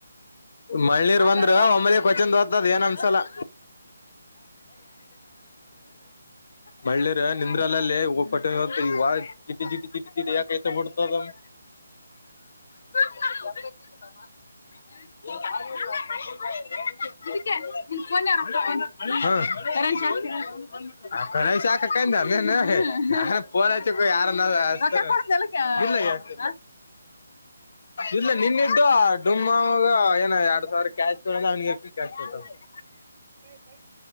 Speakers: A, on the left (about 55°); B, on the right (about 40°).
A: ಮಳ ನೀರ್
B: ಮಾತಾಡುವ
A: ಬಂದ್ರ ಒಮ್ಮಲಿ ಕೊಚನೋದತದ್ ಏನ್ ಅನ್ಸಲ್ಲ <inaudible> ಮಳ್ಳರ್ ನಿಂದ್ರಾಲಲ್ಲಿ ಹೋಗಟ್ಟ ಚಿಟಿ ಚಿಟಿ ಚಿಟಿ ಚಿಟಿ ಯ ಕತ ಬಡ್ತದ <inaudible> <inaudible> <inaudible> <unintelligible> <unintelligible> ಇಲ್ಲ ನಿನ್ನಿದು ಡಮ ಏನ ಯ <unintelligible> ಕ್ಯಾಶೋ ಕ್ಯಾಶೋತ <unintelligible>
B: ಹೇ ಗಾಡಿ